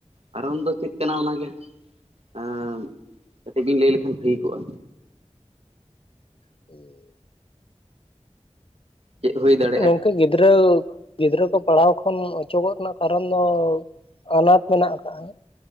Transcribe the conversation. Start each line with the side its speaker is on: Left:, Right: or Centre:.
Right: ᱠᱟᱨᱚᱱ ᱫᱚ ᱪᱮᱫ ᱠᱟᱱᱟ
Left: ᱦᱩᱸ
Right: ᱚᱱᱟᱜᱮ ᱮ ᱠᱟᱹᱴᱤᱡ ᱵᱮᱱ ᱞᱟᱹᱭ ᱞᱮᱠᱷᱟᱱ ᱵᱷᱟᱹᱜᱤ ᱠᱚᱜᱼᱟ᱾
Left: ᱦᱩᱸ
Right: ᱪᱮᱫ ᱦᱩᱭ ᱫᱟᱟᱲ
Left: ᱜᱚᱝᱠᱮ ᱜᱤᱫᱽᱨᱟᱹ ᱜᱤᱫᱽᱨᱟᱹ ᱠᱚ ᱯᱟᱲᱦᱟᱣ ᱠᱷᱚᱱ ᱚᱪᱚᱜᱚᱜ ᱨᱮᱱᱟᱜ ᱠᱟᱨᱚᱱ ᱫᱚ ᱟᱱᱟᱴ ᱢᱮᱱᱟᱜ ᱟᱠᱟᱫᱟ,